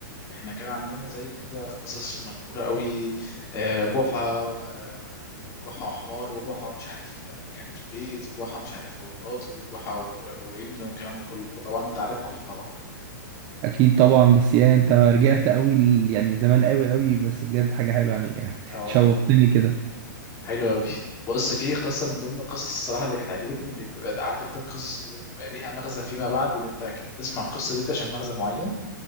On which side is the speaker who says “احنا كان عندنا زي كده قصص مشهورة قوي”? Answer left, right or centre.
Left